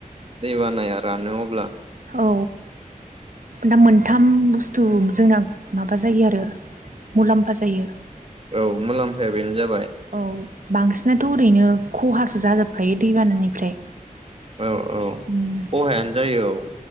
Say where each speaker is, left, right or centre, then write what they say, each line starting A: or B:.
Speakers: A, on the right (about 45°); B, on the right (about 65°).
A: दैबानाया रानो अब
B: औ। दा मोनथाम बुस्थु जोंना माबा जायो आरो मुलाम्फा जायो।
A: औ मुलाम्फाया बेनो जाबाय
B: औ बांसिनाथ' ओरैनो खहासो जाजोबखायो दैबानानिफ्राय
A: औ औ
B: उम
A: खहायानो जायो औ।